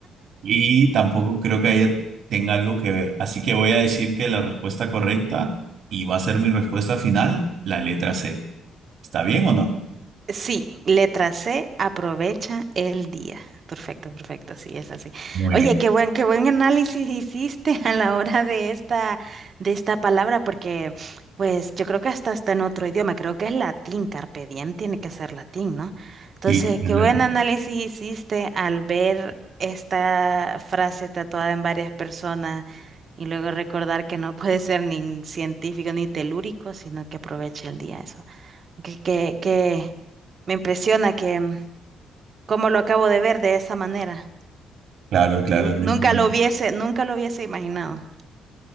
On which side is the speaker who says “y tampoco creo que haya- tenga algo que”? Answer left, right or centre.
Right